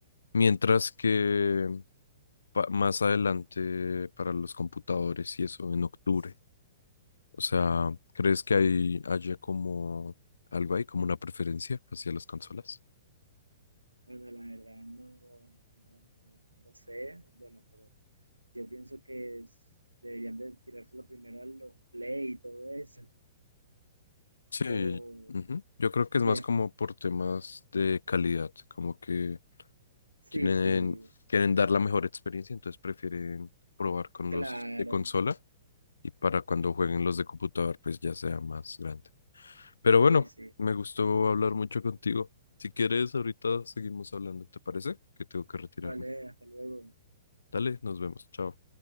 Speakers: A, on the left; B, on the right.
A: Mientras que pa- más adelante para los computadores y eso, en octubre. O sea, ¿crees que hay, haya como algo ahí, como una preferencia hacia las consolas?
B: Bueno, la verdad no, no, no, no lo sé, bueno, pero yo pienso que es- deberían de tirárselo primero a los play y todo eso.
A: Sí,
B: O,
A: ujú. Yo creo que es
B: y
A: más
B: de-
A: como por temas de calidad, como que
B: Sí,
A: quieren,
B: sí,
A: quieren dar la mejor experiencia, entonces prefieren probar con
B: claro,
A: los de consola y para cuando jueguen los de computador, pues ya sea más grande. Pero
B: sí,
A: bueno,
B: sí.
A: me gustó hablar mucho contigo. Si quieres, ahorita seguimos hablando, ¿te parece? Que tengo que retirarme.
B: Vale, hasta luego.
A: Dale, nos vemos. Chao.